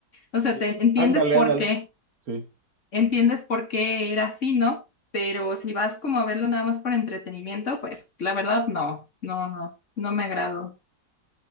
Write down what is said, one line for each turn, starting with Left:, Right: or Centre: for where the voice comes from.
Left: O sea,
Right: Sí.
Left: te entiendes
Right: Ándale,
Left: por
Right: ándale.
Left: qué.
Right: sí.
Left: entiendes por qué era así, ¿no? Pero si vas como a verlo nada más por entretenimiento, pues la verdad no, no, no, no me agradó.